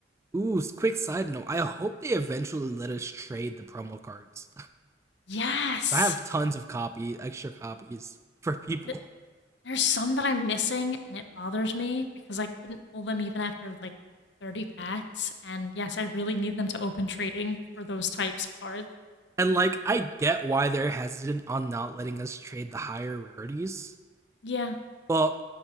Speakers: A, on the right; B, on the left.
A: ooh! Quick side note: I hope they eventually let us trade the promo cards.
B: Yes.
A: I have tons of copy, extra copies for people.
B: Th- There's some that I'm missing and it bothers me because I couldn't pull them even after like 30 packs and yes, I really need them to open trading for those types of cards.
A: And like, I get why they're hesitant on not letting us trade the higher rarities,
B: Yeah,
A: But